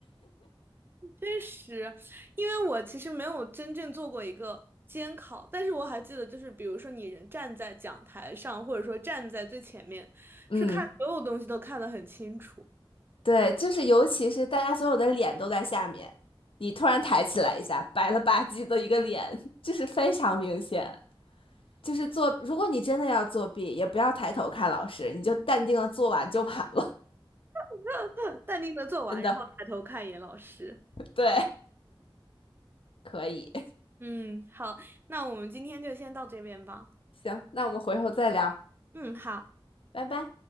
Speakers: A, on the right; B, on the left.
A: 确实，因为我其实没有真正做过一个监考，但是我还记得，就是比如说你人站在讲台上，或者说站在最前面，
B: 嗯，
A: 是看所有东西都看得很清楚。
B: 对，就是尤其是大家所有的脸都在下面，你突然抬起来一下，白了吧唧的一个脸，<laughs> 就是非常明显。就是作，如果你真的要作弊，也不要抬头看老师，你就淡定的做完就完了，
A: <laughs> 淡定的做完，
B: 真的。
A: 然后抬头看一眼老师。
B: <laughs> 对，可以，<laughs>
A: 嗯，好，那我们今天就先到这边吧。
B: 行，那我们回头再聊，
A: 嗯，好。
B: 拜拜。